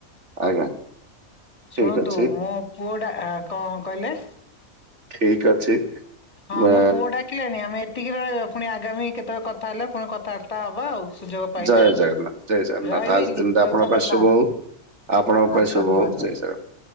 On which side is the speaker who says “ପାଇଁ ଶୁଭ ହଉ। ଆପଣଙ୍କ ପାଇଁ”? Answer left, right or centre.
Right